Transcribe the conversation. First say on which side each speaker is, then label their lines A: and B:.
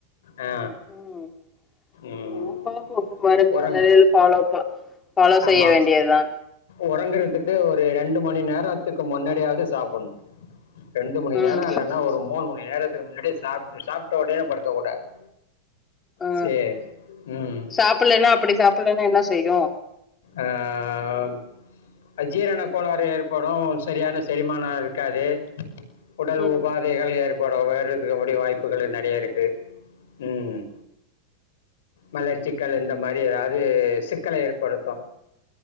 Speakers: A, on the left (about 80°); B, on the left (about 20°).
A: ஆ
B: ம்
A: ம்
B: ஆ பாப்போ வருங்காலல
A: ஒரங்
B: ஃபாலோ ப ஃபாலோ
A: ஆமா
B: செய்ய வேண்டியதா
A: ஒறங்குறதுக்கு ஒரு ரெண்டு மணி நேரத்துக்கு முன்னாடியாவது சாப்புணு ரெண்டு மணி
B: ம்
A: நேரோ இல்லன்னா ஒரு மூணு மணி நேரத்துக்கு முன்னாடி சாப்டு சாப்ட்ட ஒடனே படுக்க கூடாது
B: ஆ
A: சேரி ம்
B: சாப்புட்லன்னா அப்டி சாப்புட்லன்னா என்ன செய்யு
A: ஆ ம் அஜீரண கோளாறு ஏற்படு சரியான செரிமான இருக்காது உடல்
B: ம்
A: உபாதைகள் ஏற்படு வேருதுகுடய வாய்ப்புகள் நெறைய இருக்கு ம் மலைச்சிக்கல் இந்த மாரி ஏதாவது சிக்கல ஏற்படுத்து